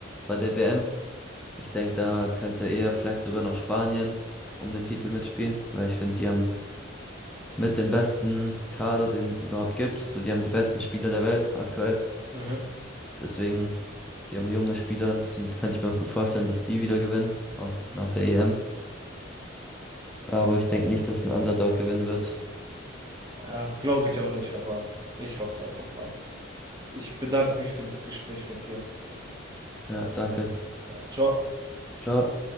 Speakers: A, in the centre; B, on the right (about 20°).
A: bei der WM. Ich denke, da könnte eher vielleicht sogar noch Spanien um den Titel mitspielen, weil ich finde, die haben mit den besten Kader, den es überhaupt gibt. So, die haben die besten Spieler der Welt aktuell.
B: Mhm.
A: Deswegen, die haben junge Spieler, deswegen könnte ich mir auch gut vorstellen, dass die wieder gewinnen, auch nach der EM. Aber ich denke nicht, dass ein Underdog gewinnen wird.
B: Ja, glaube ich auch nicht, aber ich hoffe es einfach mal. Ich bedanke mich für das Gespräch mit dir.
A: Ja, danke.
B: Ciao.
A: Ciao.